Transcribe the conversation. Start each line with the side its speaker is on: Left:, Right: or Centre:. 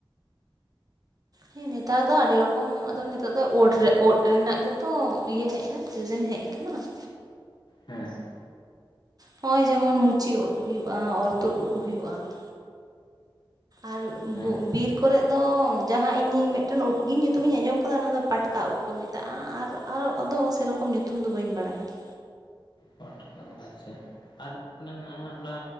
Right: ᱦᱮᱸ ᱱᱮᱛᱟᱨ ᱫᱚ ᱟᱹᱰᱤ ᱨᱚᱠᱚᱢ ᱟᱫᱚ ᱱᱤᱛᱚᱜ ᱫᱚ ᱩᱫᱽ ᱨᱮ ᱩᱫᱽ ᱨᱮᱱᱟᱜ ᱜᱮᱛᱚ ᱤᱭᱟᱹ ᱦᱮᱡ ᱮᱱᱟ ᱥᱤᱡᱮᱱ ᱦᱮᱡ ᱟᱠᱟᱱᱟ ᱾
Left: ᱦᱮᱸ ᱾
Right: ᱱᱚᱜᱼᱚᱭ ᱡᱮᱢᱚᱱ ᱢᱩᱪᱤ ᱩᱫᱽ ᱦᱩᱭᱩᱜᱼᱟ, ᱚᱨ ᱛᱩᱫ ᱩᱫᱽ ᱦᱩᱭᱩᱜᱼᱟ ᱾ ᱟᱨ
Left: ᱦᱮᱸ
Right: ᱵᱤᱨ ᱠᱚᱨᱮᱫ ᱫᱚ ᱡᱟᱦᱟᱸ ᱤᱧ ᱢᱤᱫᱴᱮᱱ ᱩᱫᱽ ᱜᱮ ᱧᱩᱛᱩᱢ ᱤᱧ ᱟᱸᱡᱚᱢ ᱟᱠᱟᱫᱟ ᱚᱱᱟ ᱯᱟᱴ ᱠᱟ ᱩᱫᱽ ᱠᱚ ᱢᱮᱛᱟᱜᱼᱟ, ᱟᱨᱚ ᱟᱫᱚ ᱥᱮᱨᱚᱠᱚᱢ ᱧᱩᱛᱩᱢ ᱫᱚ ᱵᱟᱹᱧ ᱵᱟᱲᱟᱭᱟ ᱾
Left: ᱯᱟᱴᱠᱟ ᱟᱪᱪᱷᱟ ᱟᱨ ᱢᱤᱫᱴᱟᱝ ᱚᱱᱟ